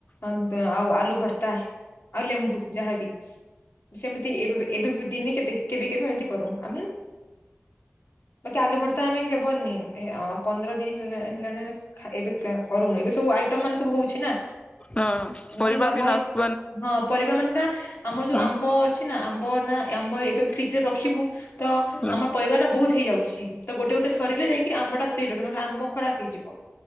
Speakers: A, on the left; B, on the left.
A: ଉଁ ଆଉ ଆଳୁ ଭର ତା ଆଉ ଲେମ୍ବୁ ଯାହା ବି ସେମିତି ଏବେ ବି ଏବେ ବି ଦିନେ କେତେ କେବେ କେବେ ଏମିତି କରୁ। ଆମେ ବାକି ଆଲୁ ଭର୍ତ୍ତା ଆମେ ହେବନି ଏ ଏଁ ପନ୍ଦର ଦିନି ନି ହେଲାଣି ଖା ଏବେ କ କରୁନୁ ଏବେ ବୁ ଆଇଟମ ମାନେ ସବୁ ହଉଛି ନା
B: ହଁ ପରିବା
A: ନହେଲେ ନର୍ମାଲ
B: ବି ନସ
A: ହଁ ପରିବା ମାନେ ନା ଆମର ଯୋଉ
B: ହୁଁ
A: ଆମ୍ବ ଅଛି ନା ଆ ଆମ୍ବ ନା ଆମ୍ବ ଏବେ ଫ୍ରିଜ ରେ ର ରଖିବୁ ତ
B: ହୁଁ
A: ଆମର ପରିବାର ବହୁତ ହେଇଯାଉଛି ତ ଗୋଟେ ଗୋଟେ ସରିଲେ ଯାଇକି ଆମ୍ବ ଟା ଫ୍ରି ରହିବ ନହେଲେ ଆମ୍ବ ଖରାପ ହେଇଯିବ